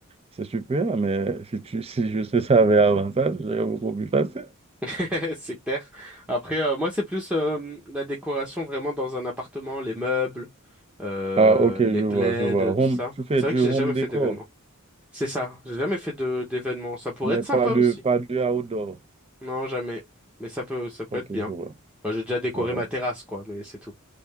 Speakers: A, on the right (about 25°); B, in the centre.
A: C'est super, mais si tu, <laughs> si je te savais avant ça, serait beaucoup plus facile.
B: <laughs> C'est clair. Après, euh, moi, c'est plus euh, la décoration vraiment dans un appartement, les meubles, euh,
A: Ah, ok, je
B: les plaids,
A: vois, je vois. Home,
B: tout ça.
A: tu fais
B: C'est
A: du
B: vrai que j'ai
A: home
B: jamais fait
A: décor,
B: d'événement. C'est ça, j'ai jamais fait de d'événement. Ça pourrait
A: mais
B: être
A: pas
B: sympa
A: de,
B: aussi.
A: pas de outdoor.
B: Non, jamais. Mais ça peut, ça peut
A: Ok,
B: être bien.
A: je vois,
B: Enfin, j'ai déjà décoré
A: je vois.
B: ma terrasse, quoi, mais c'est tout.